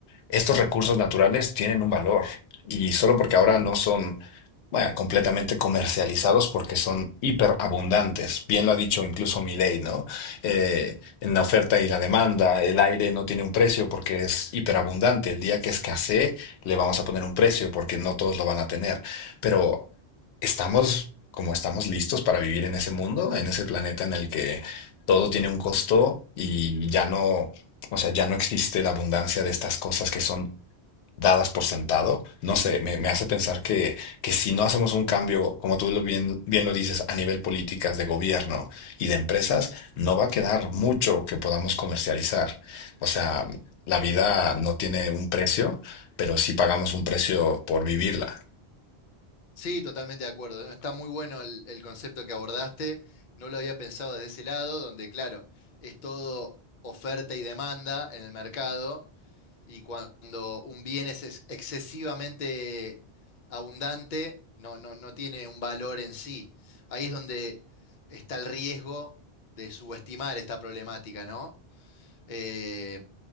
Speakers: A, on the left (about 85°); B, on the left (about 50°).
A: estos recursos naturales tienen un valor y solo porque ahora no son bueno, completamente comercializados porque son hiperabundantes. Bien lo ha dicho incluso Milei, ¿no? Eh, en la oferta y la demanda, el aire no tiene un precio porque es hiperabundante. El día que escasee, le vamos a poner un precio porque no todos lo van a tener. Pero estamos, como estamos listos para vivir en ese mundo, en ese planeta en el que todo tiene un costo y ya no, o sea, ya no existe la abundancia de estas cosas que son dadas por sentado, no sé, me, me hace pensar que, que si no hacemos un cambio, como tú lo bien, bien lo dices, a nivel políticas de gobierno y de empresas, no va a quedar mucho que podamos comercializar. O sea, la vida no tiene un precio, pero sí pagamos un precio por vivirla.
B: Sí, totalmente de acuerdo. ¿no? Está muy bueno el, el concepto que abordaste. No lo había pensado desde ese lado, donde, claro, es todo oferta y demanda en el mercado, y cuando un bien es ex- excesivamente abundante, no, no, no tiene un valor en sí. Ahí es donde está el riesgo de subestimar esta problemática, ¿no? eh,